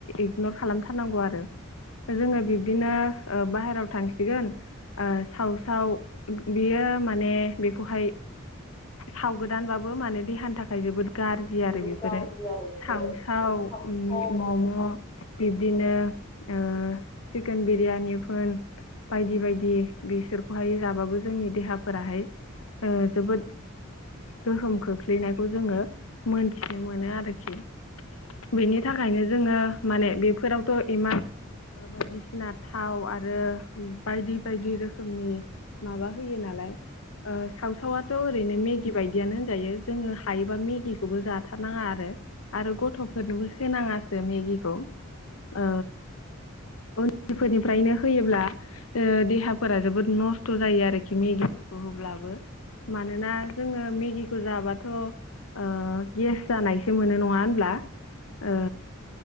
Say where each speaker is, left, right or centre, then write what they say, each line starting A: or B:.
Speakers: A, on the left; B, on the left.
A: इगनर खालामथारनांगौ आरो। जोङो बिब्दिनो ओ बाहेरायाव थांसिगोन ओ सावसाव बियो ओ माने बेखौहाय साव गोदानबाबो माने देहानि थाखाय जोबोद गारजि
B: जोबोद
A: आरो बिफोरो
B: गाज्रि आरो बेफोरो
A: साव साव
B: खांख्राइ
A: मि मम' बिब्दिनो आ चिकोन बिरियानि फोन बायदि बायदि बिसोरखौहाय जाबाबो जोंनि देहाफोराहाय ओ जोबोद गोहोम खोख्लैनायखौ जोङो मोनथिनो मोनो आरोखि। बेनि थाखायनो जोङो माने बेफोरावथ' इमान ओ बायदिसिना थाव आरो बायदि बायदि रोखोमनि माबा होयो नालाय ओ सावसावथ' ओरैनो मेगि बायदियानो होनजायो जोङो हायोबा मेगि खौबो जाथारनाङा आरो आरो गथ'फोरनोबो होनाङासो मेगिखौ। ओ उम बिफोरनिफ्रायनो होयोब्ला ओ देहाफोरा जोबोद नस्थ' जायो आरोखि मेगिफोरखौ होब्ला बाबो मानोना जोङो मेगिखौ जाबाथ' ओ गेस जानायसो मोनो नङा होनब्ला? ओ